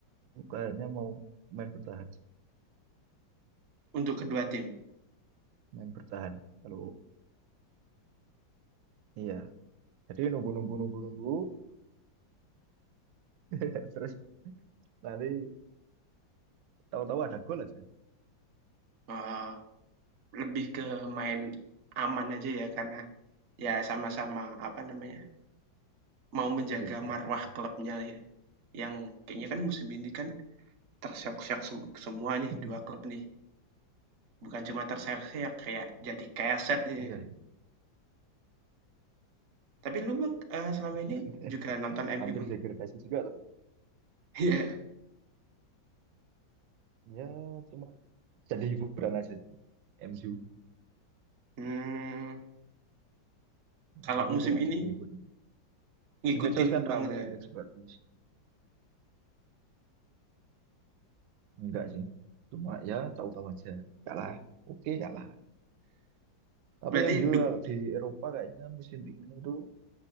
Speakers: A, on the right (about 80°); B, on the right (about 50°).
A: kayaknya mau main bertahan sih,
B: Untuk kedua tim,
A: main bertahan. Kalau iya, jadi nunggu nunggu nunggu nunggu, <laughs> terus nanti tahu-tahu ada gol aja.
B: eee, lebih ke main aman aja ya karena ya sama-sama, apa namanya, mau menjaga
A: Iya sih
B: marwah
A: kayaknya.
B: klubnya ya, yang kayaknya kan musim ini kan Tersyok-syok sem semua nih
A: <laughs>
B: 2 klub nih, bukan cuma terseok-seok ya, kayak jadi keset jadinya.
A: Iya sih.
B: Tapi lu Bang, eee, selama ini
A: <laughs>
B: juga nonton MU
A: Hampir
B: Bang?
A: degradasi
B: <laughs>
A: juga tuh.
B: Iya,
A: Ya cuma jadi hiburan aja sih. MU,
B: mmm,
A: MU
B: kalau
A: itu
B: musim
A: cuma
B: ini
A: jadi hiburan.
B: ngikutin
A: di medsos kan
B: banget
A: rame
B: nggak?
A: juga terus enggak sih cuma ya tahu-tahu aja kalah oke kalah tapi
B: Berarti
A: MU
B: duk
A: kalau di Eropa kayaknya musim ini tuh